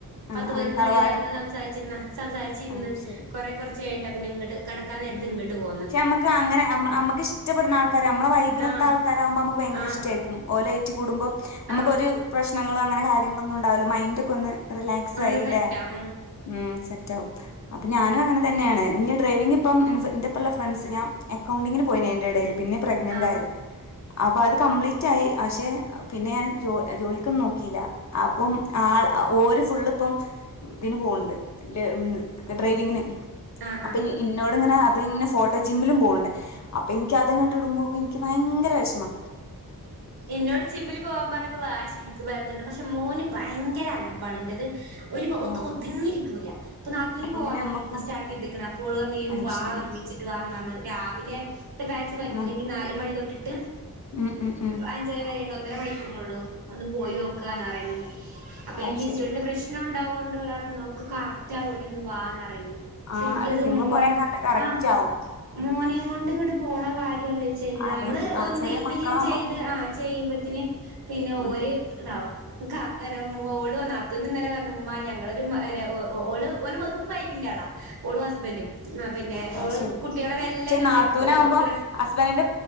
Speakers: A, on the left (about 50°); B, on the right (about 80°).
A: ആ
B: പത്ത് പതിനൊന്ന്മണി
A: ആ തറവാടൻ
B: വരെ അങ്ങനെ സംസാരിച്ചിരുന്ന സംസാരിച്ചിര്ന്ന്
A: ആ ശരി
B: കൊറെ കൊറ ച്ച് കഴിഞ്ഞിട്ടാ പിന്നെ ഇങ്ങട്ട് കെടക്കാൻ നേരത്ത്
A: ഉം
B: ഇങ്ങട്ട് പോ
A: പക്ഷെ ഞമ്മക്കങ്ങനെ ഞമ്മ ഞമ്മക്ക്‌ഷ്ടപ്പെട്ണ ആൾക്കാര് ഞമ്മളെ വൈബിനൊത്താൾക്കാരാവുമ്പോ
B: ആ
A: ഞമ്മക്ക് ഭയങ്കര
B: ആ
A: ഇഷ്ട്ടെര്ക്കും ഓലായ്റ്റ് കുടുംബം നമ്മക്കൊര്
B: ആ
A: പ്രശ്നങ്ങളോ അങ്ങനെ കാര്യങ്ങളൊന്നുണ്ടാവൂല്ല മൈന്റൊക്കൊന്ന് റിലാക്സായിലേ
B: ഒന്ന് സെറ്റാവും ഉം
A: ഉം സെറ്റാവും അപ്പം ഞാനും അങ്ങൻത്തെന്നെണ് ഞ്ഞി ഡ്രൈവിംങ്ങ് ഇപ്പം ന്റെപ്പള്ള ഫ്രണ്ട്സ് ഞാൻ അക്കൗണ്ടിങ്ങിന് പോയിന് അയ്ന്റെടെല് പിന്നെ പ്രഗ്നെന്റായത്
B: ആ
A: അപ്പൊ അത് കംപ്ലീറ്റ് ആയി അഷേ പിന്നെ ഞാൻ ജോ ജോലിക്കൊന്നും നോക്കില്ല അപ്പം ആൾ ഓര് ഫുള്ള്പ്പം ഇതിന് പോണ്ട് ല് ഡ്രൈവിങ്ങിന്
B: ആ
A: അപ്പ
B: ആ
A: ഈ ന്നോട്ങ്ങനെ അത്ങ്ങനെ ഫോട്ടോ ജിമ്മിലും പോവ്ണ്ട് അപ്പ ഇൻക്ക് അതങ്ങട്ട് ഇട്മ്പോക്ക്‌ ഇൻക്ക് ഭയങ്കര വെഷ്മാ
B: ഇന്നോട് ജിമ്മില് പോവാൻ പറഞ്ഞപ്പ വാശിടിക്കും <unintelligible> പക്ഷെ മോന് ഭയങ്കര അലമ്പാണ് ഇന്റത് ഒരു ഒതു
A: ആഹ്
B: ഒതുങ്ങിരിക്കൂല അപ്പൊ നാത്തൂന് പോവാൻ
A: പിന്നെ
B: തൊടങ്ങിക്ക്‌ണ്
A: അമ്മക്കും
B: സ്റ്റാർട്ടെയ്ത്ക്ക്ണ് ‌ അപ്പോള് പറഞ് യ്യുംവാ
A: അത് ശരി
B: ഒര്മിച്ചിട്ട് വാ ന്ന്ർഞ് രാവിലെ ത്തെ ബാച്ച് പറ്റില്ലെങ്കി
A: ആഹ്
B: നാല്മണി തൊട്ട്ട്ട്
A: ഉം ഉം ഉം
B: അഞ്ചരവെരെണ്ട് ഒന്നര മണിക്കൂറൊള്ളൂ ഒന്ന് പോയി നോക്കാന്ന്റിയ്ണ്ട് അപ്പൊ
A: അത്
B: ഈ പി
A: ശരി
B: സി ഓഡിന്റെ പ്രശ് പ്രശ്നം ണ്ടാവോണ്ട് ഓര് പറഞ് നോക്ക് കറക്റ്റാവെടി ഒന്ന് വാന്നറയ്
A: ആഹ്
B: എനിക്കിത്
A: അല്ല ജിമ്മ്
B: മോ
A: പോയാൽ നല്ല കറക്റ്റ്
B: ആ
A: ആവും ഉം
B: മോനെങൊണ്ട് ങ്ങട്ട് പോണ കാര്യാലോ ശെരി
A: ആലോചിക്കും
B: ഞമ്മള്
A: ആ
B: ഒന്ത്
A: ചെറിയ
B: ന്തെങ്കിലും
A: മക്കളാകുമ്പോ
B: ചെയ്ത് ആ ചെയ്യുമ്പത്തിന് പിന്നെ
A: ഉം
B: ഓര് താവും ക്ക അല്ല മോളുവന്നാ നാത്തൂനിന്നലെ പർഞ് മ്മാ ഞങ്ങളൊരു മ രാ ഒ ഓ ഓള് ഓള് വെറും വൈബിന്റാളാ ഓളും ഹസ്ബന്റും ആഹ് പിന്നെ
A: അത്
B: ഓള്
A: ശരി
B: കുട്ടികളെവെല്ലെനെ
A: പക്ഷെ നാത്തൂനാവുമ്പോ
B: ന്റെട്ത്ത് വെക്കും കുട്ട്യാള്
A: ഹസ്ബൻഡിന്റെ